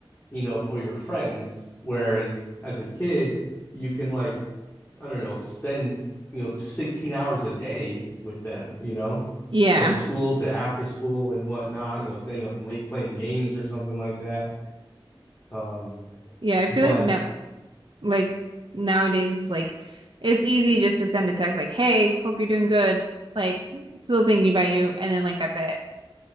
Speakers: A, on the left; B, on the right.
A: you know, for your friends. Whereas as a kid, you can like, I don't know, spend, you know, 16 hours a day with them, you know,
B: Yeah.
A: from school to after school and whatnot, you know, staying up late playing games or something like that. Um,
B: Yeah, I feel
A: but
B: like now. Like nowadays is like it's easy just to send a text like, "Hey, hope you're doing good." Like still thinking about you and then like that's it.